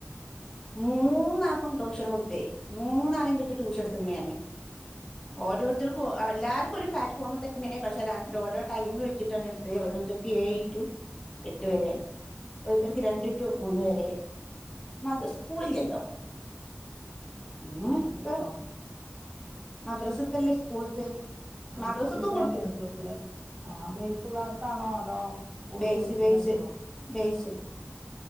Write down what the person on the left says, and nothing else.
മൂന്നാക്കും ട്ടുഷൻകൊടുത്ത് മൂന്നാലിമ് - ട്യൂഷൻ എടുത്തിക്ണ് ഞന്, ഓരോരുത്തർക്കും, എല്ലാർക്കും ഒരേ പ്ലാറ്റഫോം തന്നെ - അങ്ങനെയെ പക്ഷെ അ ഓരോ ടൈം വെച്ചിട്ടാണ് എടുത്തത്, ഓരോരുത്തർക്ക് ഏഴു ടു - എട്ട് വരെ രുത്തർക്ക് രണ്ട് ടു മൂന്ന് വരെ. മത സ്കൂളില്ലല്ലോ? മ
ക്ക മദ്രസത്തല്ലേ സ്കൂളത്ത്.
മദ്രസത്തും
കൊടുത്തിരുന്നു
ബേസ്
ബേസ് ബേസ്,